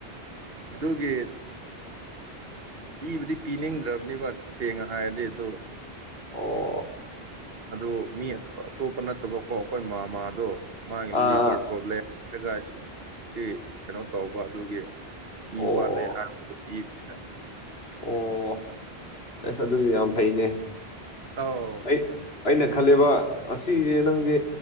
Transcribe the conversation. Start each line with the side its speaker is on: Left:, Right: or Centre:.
Right: ꯑꯗꯨꯒꯤ ꯄꯤꯕꯗꯤ ꯄꯤꯅꯤꯡꯗ꯭ꯔꯕꯅꯤꯕ ꯁꯦꯡꯅ ꯍꯥꯏꯔꯗꯤ ꯑꯗꯣ
Left: ꯑꯣ
Right: ꯑꯗꯨꯣ ꯃꯤ ꯑꯇꯣꯞꯄ ꯅꯠꯇꯕꯀꯣ ꯑꯩꯈꯣꯏ ꯃꯥꯃꯥꯗꯣ ꯃꯥꯒꯤ
Left: ꯑꯥ
Right: ꯂꯤꯚꯔ ꯄ꯭ꯔꯣꯕ꯭ꯂꯦꯝ ꯔꯒ ꯁꯤ ꯀꯩꯅꯣ ꯇꯧꯕ ꯑꯗꯨꯒꯤ
Left: ꯑꯣ
Right: ꯏ ꯋꯥꯠꯂꯦ ꯍꯥꯏ ꯏꯕꯅꯤꯗ
Left: ꯑꯣ ꯑꯁ ꯑꯗꯨꯁꯨ ꯌꯥꯝ ꯐꯩꯅꯦ
Right: ꯑꯥꯎ
Left: ꯑꯩ ꯑꯩꯅ ꯈꯜꯂꯦꯕ ꯉꯁꯤꯁꯦ ꯅꯪꯁꯦ